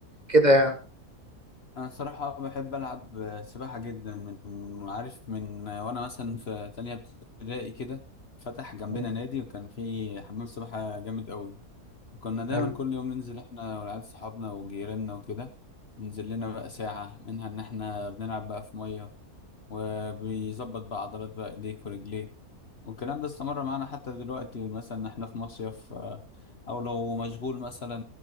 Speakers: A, on the right; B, on the left.
A: كده يعني
B: انا الصراحه بحب العب سباحه جدا من عارف من وانا مثلا في تانية ابتدائي كده فتح جنبنا
A: مم،
B: نادي وكان فيه حمام سباحه جامد قوي كنا دايما
A: حلو
B: كل يوم ننزل احنا والعيال صحابنا وجيراننا وكده ننزل لنا بقى ساعة منها ان احنا بنلعب بقى في مية وبيظبط بقى عضلات بقى ايديك ورجليك والكلام ده استمر معانا حتى دلوقتي مثلا احنا في مصيف آه، او لو مشغول مثلا